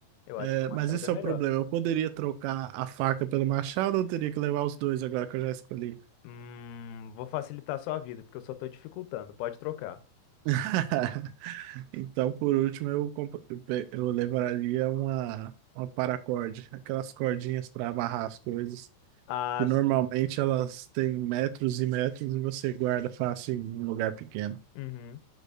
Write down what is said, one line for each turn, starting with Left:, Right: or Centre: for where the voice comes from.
Left: Eu
Right: É,
Left: acho que o machado
Right: mas isso
Left: é melhor.
Right: é o problema. Eu poderia trocar a faca pelo machado ou eu teria que levar os dois agora que eu já escolhi?
Left: Hum, vou facilitar a sua vida, porque eu só tô dificultando. Pode trocar.
Right: <laughs> Então, por último, eu, comp- eu pe- eu levaria uma, uma paracorde, aquelas cordinhas para amarrar as coisas,
Left: Ah,
Right: que normalmente
Left: sim.
Right: elas têm metros e metros e você guarda fácil em um lugar pequeno.
Left: Uhum.